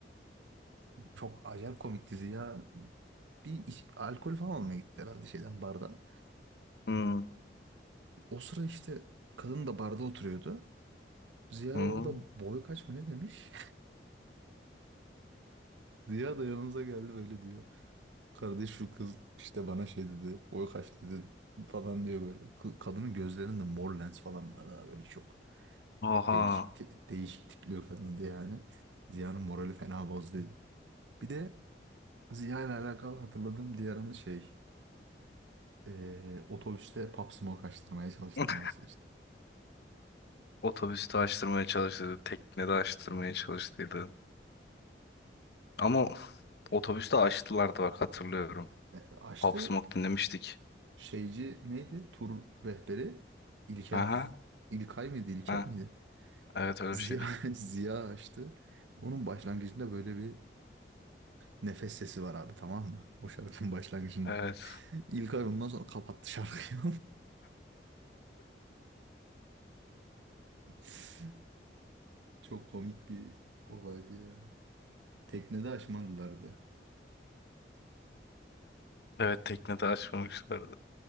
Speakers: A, on the right; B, on the left.
A: Çok acayip komikti Ziya. Bir iç- alkol falan almaya gitti herhalde şeyden bardan.
B: Hmm.
A: O sıra işte kadın da barda oturuyordu. Ziya
B: Hı.
A: orada boy kaç mı ne demiş? <laughs> Ziya da yanımıza geldi böyle diyor. Kardeş şu kız işte bana şey dedi. Boy kaç dedi falan diyor böyle. Kı- Kadının gözlerinde mor lens falan vardı ha böyle çok.
B: Aha.
A: Değişik, ti- değişik tipli bir kadındı yani. Ziya'nın morali fena bozduydu. Bir de Ziya ile alakalı hatırladığım diğer anı şey. eee, otobüste Pop Smoke açtırmaya çalıştırması
B: <laughs>
A: işte.
B: Otobüste açtırmaya çalıştıydı. Teknede açtırmaya çalıştıydı. Ama otobüste açtılardı bak hatırlıyorum.
A: E, açtı
B: Pop Smoke dinlemiştik.
A: şeyci neydi? Tur rehberi İlker.
B: Aha.
A: İlkay mıydı? İlker
B: Ha.
A: miydi?
B: Evet öyle
A: Ziya,
B: bir şeydi.
A: <laughs> Ziya açtı. Onun başlangıcında böyle bir nefes sesi var abi tamam mı? O şarkının başlangıcında.
B: Evet.
A: İlkay ondan sonra kapattı şarkıyı. <laughs> Çok komik bir olaydı ya. Teknede açmadılardı.
B: Evet teknede açmamışlardı.